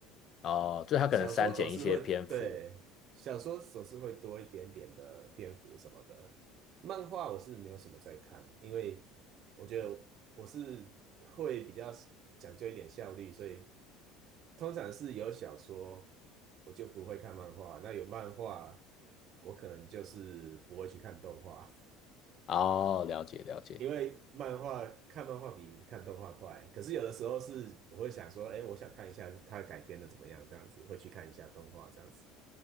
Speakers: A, on the left; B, on the right.
A: 哦，就它可能删减一些篇幅。
B: 小说总是会，对，小说总是会多一点点的篇幅什么的。漫画我是没有什么在看，因为我觉得我是会比较讲究一点效率，所以通常是有小说我就不会看漫画，那有漫画我可能就是不会去看动画，
A: 哦，了解了解。
B: 因为漫画看漫画比看动画快。可是有的时候是我会想说，哎，我想看一下它改编的怎么样，这样子会去看一下动画这样子。